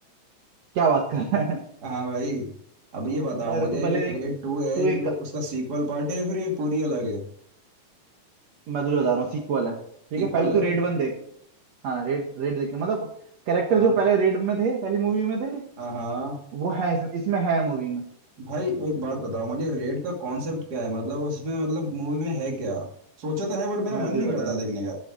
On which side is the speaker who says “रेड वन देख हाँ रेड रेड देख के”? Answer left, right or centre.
Right